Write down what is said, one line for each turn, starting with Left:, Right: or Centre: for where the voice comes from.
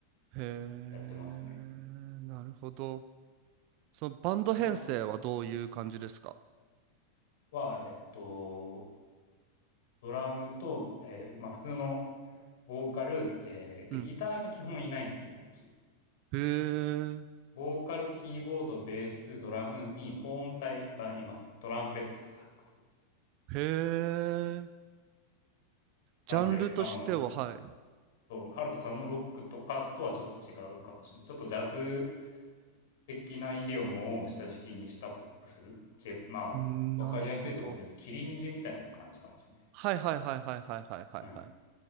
Right: へえ。
Left: やってますね。
Right: なるほど。そのバンド編成はどういう感じですか
Left: 今は、はえっと、ドラムと、えーまあ普通のボーカル、えーで、
Right: うん。
Left: ギターが基本いないんですよね、うち。
Right: へえ、
Left: ボーカル、キーボード、ベース、ドラムに保音隊がいますね。トランペットとサックス。
Right: へえ、
Left: なんで、
Right: ジャンルとしては、
Left: あの、
Right: はい。
Left: そう、ハルトさんのロックとかとはちょっと違うかもしれない。ちょっとジャズ的なイディオムを下敷きにしたポップス。J- まあ、
Right: うんなるほど。
Left: わかりやすいところで言うと、キリンジみたいな感じかもしれないです
Right: はいはいはいはいはいはいはいはい。
Left: ね。はい。い